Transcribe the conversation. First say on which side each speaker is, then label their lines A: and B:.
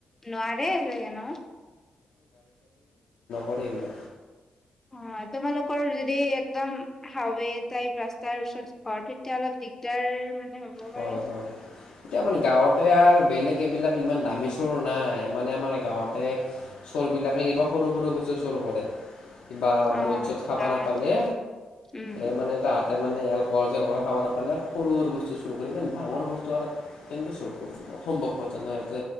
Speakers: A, on the left (about 15°); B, on the left (about 80°).
A: নোৱাৰে চাগে ন
B: হয়।
A: অ', তোমালোকৰ যদি একদম হাইৱে টাইপ ৰাস্তাৰ ওচৰত ঘৰ, তেতিয়া অলপ দিগদাৰ মানে হ'ব
B: হয়
A: পাৰে।
B: হয় এতিয়া আমাৰ গাঁৱতে আৰু বেলেগ এইবিলাক ইমান দামী চোৰ নাই। মানে আমাৰ গাঁৱতে চোৰবিলাকে কিবা সৰু-সৰু বস্তু চোৰ কৰে। কিবা
A: অ
B: মদ-চদ খাব
A: গাঁৱত
B: নাপালে,
A: উম
B: এই মানে তা তাৰমানে এলক'হল-চেলক'হল খাব নাপালে সৰু-সৰু বস্তু চুৰ কৰে, ইমান ডাঙৰ বস্তু আৰ কেনেকে চুৰ কৰিব? অসম্ভৱ কথা না ইয়াতে।